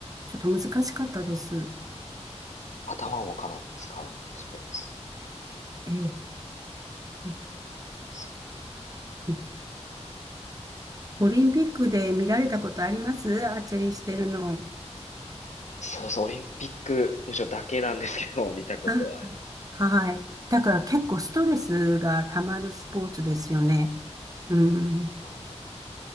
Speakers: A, on the right (about 30°); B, on the left (about 85°).
A: ちょっと難しかったです。
B: 頭もかなり使うスポーツ。
A: ええ、え
B: すごい
A: えオリンピックで見られたことありますアーチェリーしてるの。
B: そうです。オリンピック、むしろだけなんですけど、見たことはあります。
A: あ、はい。だから結構ストレスが溜まるスポーツですよね。うん。
B: あの、